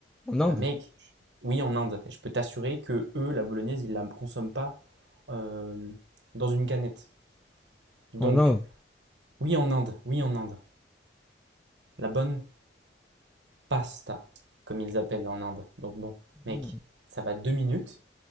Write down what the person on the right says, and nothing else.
bah mec, je- oui, en Inde, je peux t'assurer que eux, la bolognaise, ils la consomment pas euh, dans une canette. Donc,
oui en Inde, oui en Inde, la bonne pasta, comme ils appellent en Inde. Donc bon,
mec, ça va deux minutes,